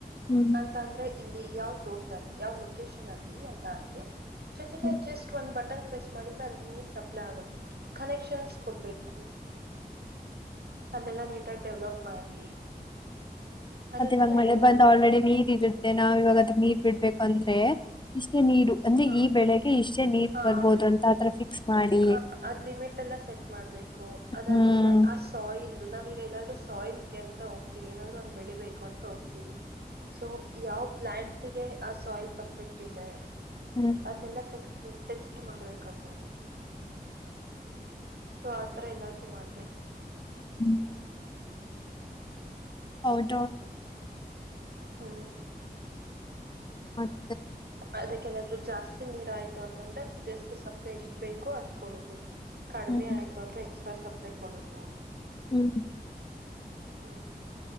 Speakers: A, on the left; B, on the right.
A: ಹ್ಮ್
B: ಅಂತ ಅಂದ್ರೆ ಇಲ್ಲಿ ಯಾವ್ ತೋಟದಲ್ಲಿ ಯಾವ ಲೊಕೇಶನ್ ಅಲ್ಲಿ ಅಂತ ಹಾಕಿ ಜೊತೆಗೆ
A: ಹ್ಮ್
B: ಜಸ್ ಟ್ ಒಂದು ಬಟನ್ ಪ್ರೆಸ್ ಮಾಡಿದ್ರೆ ಅಲ್ಲಿ ನೀರು ಸಪ್ಲೈ ಆಗೋತ್ತರ ಕನೆಕ್ಷನ್ಸ್ ಕೊಡ್ಬೇಕು ಅದೆಲ್ಲ ನೀಟಾಗಿ ಡೆವ್ಲಪ್ ಮಾಡಿ ಅದನ್ನೆಲ್ಲ
A: ಮತ್ತೆ ಇವಾಗ್ ಮಳೆ
B: ಹೇಳಿ
A: ಬಂದ್
B: ಬರ್ಬೋದು
A: ಆಲ್ರೆಡಿ ನೀರ್ ಇರುತ್ತೆ ನಾವ್ ಇವಾಗ ಅದ್ ನೀರ್ ಬಿಡ್ಬೇಕಂದ್ರೆ ಇಷ್ಟೇ ನೀರು ಅಂದ್ರೆ
B: ಹ
A: ಈ ಬೆಳೆಗೆ ಇಷ್ಟೇ ನೀರ್
B: ಹಾ
A: ಬರ್ಬೋದು ಅಂತ ಆತರ ಫಿಕ್ಸ್ ಮಾಡಿ
B: ಹ ಅದ್ ಲಿಮಿಟ್ ಎಲ್ಲ ಸೆಟ್ ಮಾಡ್ಬೇಕು ಅದಾದ್ಮೇಲೆ
A: ಹ್ಮ್
B: ಆ ಸಾಯಿಲ್ ಇದು ನಾವೀಗ ಎಲ್ಲಾದ್ರೂ ಸಾಯಿಲ್ಗೆ ಅಂತ ಹೋಗ್ತೀವಿ ಏನಾದ್ರೂ ಒಂದ್ ಬೆಳಿಬೇಕು ಅಂತ ಹೋಗ್ತವಿ ಸೊ ಯಾವ್ ಪ್ಲಾಂಟ್ಗೆ ಆ ಸಾಯಿಲ್ ಪರ್ಫೆಕ್ಟ್ ಇದೆ.
A: ಹ್ಮ್
B: ಅದ್ನೇಲ್ ಟೆಕ್ಸ್ಟ್ ಟೆಸ್ಟ್ ಮಾಡ್ಬೇಕದು ಸೊ ಆತರ ಎಲ್ಲಾದ್ರೂ ಮಾಡ್ಬೇಕು.
A: ಹ್ಮ್. ಹೌದು.
B: ಹ್ಮ್.
A: ಮತ್.
B: ಅದಕ್ಕೆಲ್ಲ. ಜಾಸ್ತಿ ನೀರ ಆಯ್ತು ಅಂತಂದ್ರೆ ಜಸ್ಟ್ ಸಪ್ಲೈ ಎಷ್ಟ ಬೇಕೋ ಅಷ್ಟ್ ಕೊಡೋದು. ಕಡಿಮೆ
A: ಹ್ಮ್
B: ಆಯ್ತು ಅಂದ್ರೆ. <unintelligible> ಸ್ಟ್ರೆಸ್ ಅಪ್ಲೈ ಕೊಡದು.
A: ಹ್ಮ್
B: ಹ್ಮ್